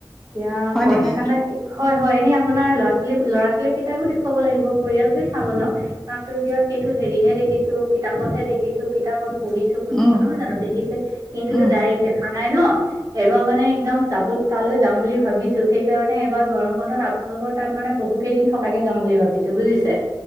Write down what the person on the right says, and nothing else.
এতিয়া
কইনাকানদা
হয় হয় এনেই আপোনাৰ ল'ৰা ছোৱালী ল'ৰা ছোৱালী কেইটাকো দেখুৱাব লাগিব। পৰিয়ালটোৱে চাব যাম কাৰণ কিয় সেইটো হেৰিহে দেখিছো কিতাপতহে দেখিছো কিতাপত পুহিছো শুনিছো
নয় জানো দেখিছে কিন্তুো
ডাইৰেক্ট দেখা নাই ন এবাৰ মানে একদম চাব তালৈ যাম বুলি ভাবিছো সেইকাৰণে এইবাৰ গৰম বন্ধত আপোনাৰ তাত মানে বহু কেইদিন থকাকে যাম বুলি ভাবিছো বুজিছে।